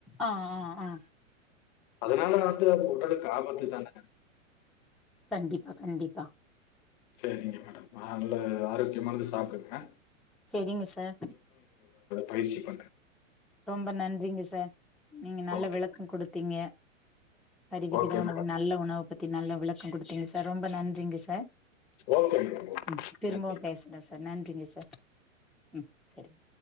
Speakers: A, in the centre; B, on the left.
A: ஆ ஆ ஆ
B: அதனால வந்து அந்த உடலுக்கு ஆபாத்து தானங்க
A: கண்டிப்பா கண்டிப்பா
B: செரிங்க மேடம் நா நல்ல ஆரோக்கியமானது சாப்பிடுவே
A: சேரிங்க சார்
B: பயிற்சி பண்றே
A: ரொம்ப நன்றிங்க சார் நீங்க நல்ல
B: ஓகே
A: விளக்கம் குடுத்தீங்க சரிவிகித
B: ஓகே
A: உணவு
B: மேடம்
A: நல்ல உணவு பத்தி நல்ல விளக்க குடுதிங்க சார் ரொம்ப நன்றிங்க சார்
B: ஓகே மேடம் ஓகே
A: உம் திரும்பவு
B: நன்றி
A: பேசுறே சார் நன்றிங்க சார் உம் சரிங்க